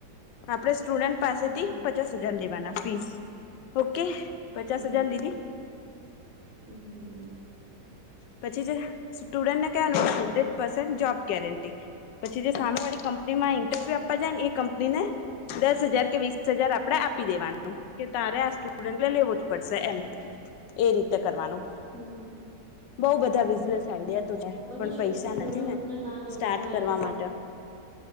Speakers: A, on the left (about 85°); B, on the right (about 50°).
A: આપણેે. સ્ટુડન્ટ પાસેથી
B: હમ
A: પચાસ હજાર લેવાના ફીસ ઓકે. પચાસ
B: હમ
A: હજાર લીધી
B: હમ.
A: પછી જે સ્ટુડન્ટને કહેવાનું હંડ્રેડ પર્સેન્ટ જોબ ગેરંટી પછી જે. સાામે વાળી કંપનીમાં ઇન્ટરવ્યુ આપવા જાય ને એ કંપની ને. દસ હજાર કે વીસ હજાર આપડે આપી દેવાનું કે તારે આ સ્ટુડન્ટ લ લેવો જ પડશે એમ. એ રીતે કરવાનું.
B: હમ
A: બહુ બધા બિઝનેસ આઈડિયા
B: હમ
A: તો છે
B: પછી
A: પણ પૈસા
B: સ્ટુડન્ટને
A: નથી ને
B: ના. જવું
A: સ્ટાર્ટ
B: હોય
A: કરવા
B: તો
A: માટે